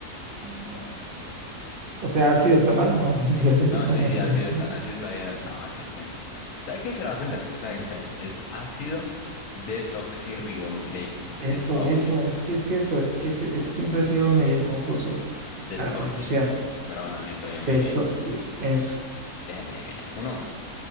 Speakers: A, on the right; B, on the left.
A: No. O sea, ácido está mal, no, <laughs> sí es la que
B: No,
A: está
B: sí,
A: mejor.
B: sí, ácido está, ácido está bien. ácido- No, ácido está bien. ¿A quién se lo va a contar? Está bien, está bien. Es ácido desoxirribonucleico.
A: Eso,
B: Desoxi.
A: eso, es que es eso, es que ese, ese siempre ha sido medio confuso
B: Desoxi.
A: para pronunciar.
B: Pero bueno, listo, bien, bien,
A: eso
B: bien.
A: sí eso.
B: Bien, bien, bien. Uno, uno.